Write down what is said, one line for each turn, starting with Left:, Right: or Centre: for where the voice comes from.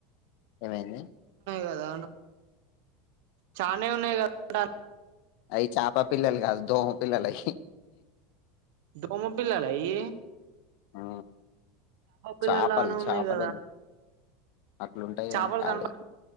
Left: ఏమైంది
Right: కదా చ న్ని ఉనయ్ డ
Left: అయ్ చాపపిల్లలు కాదు, దోమపిల్లలు అయ్
Right: దోమపిల్లాల ఈ
Left: ఆ
Right: పిల్లలానే
Left: చేపలు చేపలేం
Right: ఉన్నాయి కదా
Left: అట్లుంటాయి
Right: చేపలు
Left: ఏని కాదయ్.
Right: కనపడ